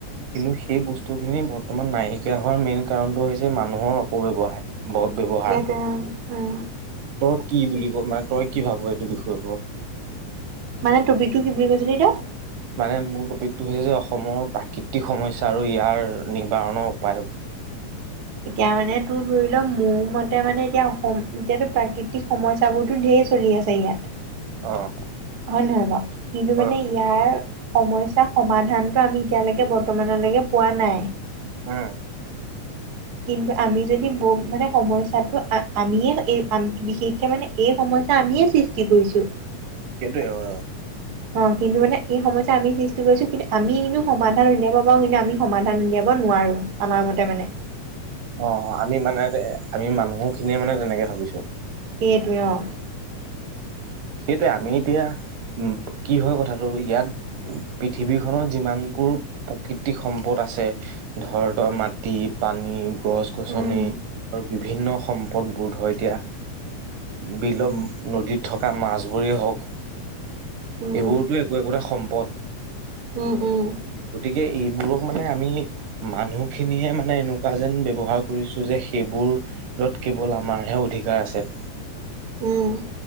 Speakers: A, on the right; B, on the right.
A: কিন্তু সেই বস্তুখিনি বৰ্তমান নাইকিয়া হোৱাৰ মেইন কাৰণটো হৈছে, মানুহৰ অপব্যৱহাৰ। সদব্যৱহাৰ,
B: সেইটো উম
A: তই কি বুলি ক, মানে তই কি ভাব এইটো বিষয়ৰ ওপৰত?
B: মানে টপিকটো কি বুলি কৈছিলি তই?
A: মানে মূল টপিকটো সেই যে, অসমৰ প্ৰাকৃতিক সমস্যা আৰু ইয়াৰ নিবাৰণৰ উপায়।
B: এতিয়া মানে তোৰ ধৰি ল, মোৰ মতে মানে, এতিয়া অসমত এতিয়াতো প্ৰাকৃতিক সমস্যা বোৰতো ধেৰ চলি চলি আছে ইয়াত।
A: অ',
B: হয় নে নহয় বা, কিন্তু
A: হয়,
B: মানে ইয়াৰ সমস্যা সমাধানটো আমি এতিয়ালৈকে বৰ্তমানলৈকে পোৱা নাই।
A: উম,
B: কিন্তু আমি যদি ব মানে সমস্যাটো আ-আমিয়ে বিশেষকে মানে এই সমস্যা আমিয়ে সৃষ্টি কৰিছোঁ।
A: সেইটোয়ে হয়।
B: অ', কিন্তু মানে এই সমস্যা আমিয়েই সৃষ্টি কৰিছোঁ। কিন্তু আমি কিন্তু সমাধান উলিয়াব পাৰো, কিন্তু আমি সমাধান উলিয়াব নোৱাৰো। আমাৰমতে মানে।
A: অ', আমি মানে যে, আমি মানুহখিনিয়ে মানে তেনেকে ভাবিছোঁ।
B: সেইটোৱে অ'।
A: সেইটোৱে, আমি এতিয়া উম, কি হয় কথাটো ইয়াত পৃথিৱীখনত যিমানবোৰ প্ৰাকৃতিক সম্পদ আছে ধৰ তোৰ মাটি, পানী, গছ- গছনি
B: উম,
A: আৰু বিভিন্ন সম্পদ সম্পদ বোধ হয় এতিয়া বিল নদীত থকা মাছবোৰেই হওঁক
B: উম,
A: এইবোৰতো একো একোটা সম্পদ।
B: উম, উম।
A: গতিকে এইবোৰক মানে আমি মানুহখিনিয়ে মানে এনেকুৱা যেন ব্যৱহাৰ কৰিছোঁ যে সেইবোৰ য'ত কেৱল আমাৰহে অধিকাৰ আছে।
B: উম।